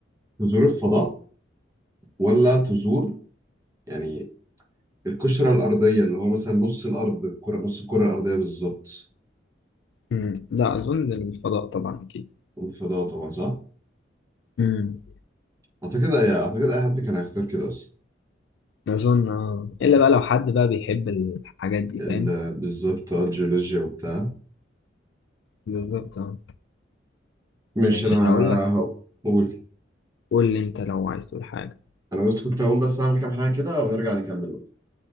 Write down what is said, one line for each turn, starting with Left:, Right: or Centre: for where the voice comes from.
Right: تزور الفضاء ولا تزور يعني القشره الارضيه اللي هو مثلا نص الارض الكره نص الكره الارضيه بالظبط
Left: أمم. لا اظن الفضاء طبعا اكيد
Right: الفضاء طبعا صح
Left: امم
Right: اعتقد اعتقد اي حد كان هيختار كده اصلا
Left: اظن اه الا بقى لو حد بقى بيحب الحاجات دي
Right: ال-
Left: فاهم
Right: بالظبط آه، الجيولوجيا وبتاع
Left: بالظبط اه
Right: ماشي
Left: ماشي
Right: انا
Left: هقول لك
Right: هقول
Left: قول لي انت لو عايز تقول حاجة
Right: انا بس كنت هقوم بس اعمل كام حاجه كده ونرجع نكمل